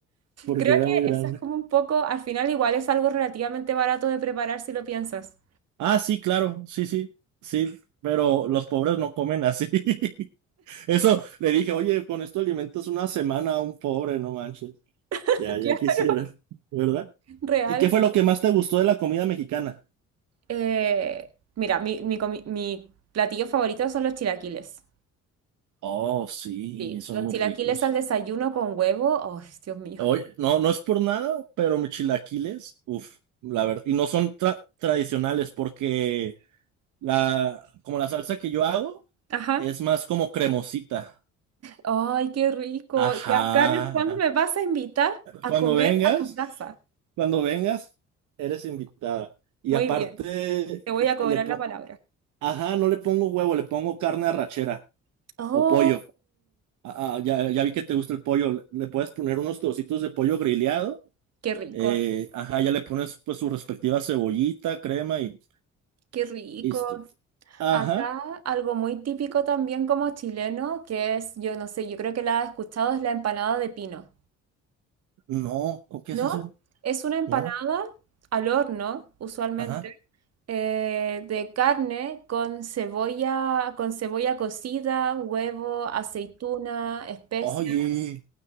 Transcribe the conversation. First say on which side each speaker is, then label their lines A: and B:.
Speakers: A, on the right; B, on the right.
A: porque
B: Creo
A: era
B: que
A: muy grande.
B: eso es como un poco, al final igual es algo relativamente barato de preparar si lo piensas.
A: Ah, sí, claro, sí, sí, sí, pero los pobres no comen así. <laughs> Eso le dije, oye, con esto alimentas una semana a un pobre, no manches.
B: <laughs>
A: Ya, ya quisiera,
B: Claro.
A: ¿verdad?
B: Real.
A: ¿Y qué fue lo que más te gustó de la comida mexicana?
B: Eh, mira, mi, mi, comi- mi platillo favorito son los chilaquiles.
A: Oh, sí,
B: Sí,
A: son
B: los
A: muy
B: chilaquiles
A: ricos.
B: al desayuno con huevo. oh Dios mío!
A: Oye, no, no es por nada, pero mis chilaquiles, uff, la verdad, y no son tra- tradicionales porque la, como la salsa que yo hago
B: Ajá.
A: es más como cremosita.
B: ¡Ay, qué rico!
A: Ajá,
B: Ya, Carlos,
A: ajá.
B: ¿cuándo me vas a invitar a
A: Cuando
B: comer
A: vengas,
B: a tu casa?
A: cuando vengas, eres invitada. Y
B: Muy
A: aparte,
B: bien, te voy a cobrar
A: le po-
B: la palabra.
A: ajá, no le pongo huevo, le pongo carne arrachera
B: ¡Oh!
A: o pollo. Ah, ah, ya, ya vi que te gusta el pollo. Le le puedes poner unos trocitos de pollo grillado.
B: ¡Qué rico!
A: eh, ajá, ya le pones pues su respectiva cebollita, crema y
B: ¡Qué rico!
A: listo. Ajá,
B: Acá algo muy típico también como chileno, que es, yo no sé, yo creo que la has escuchado, es la empanada de pino,
A: no, ¿o ¿qué
B: ¿no?
A: es eso?
B: Es una empanada
A: No,
B: al horno, usualmente,
A: ajá.
B: eh, de carne con cebolla, con cebolla cocida, huevo, aceituna, especias.
A: Oye,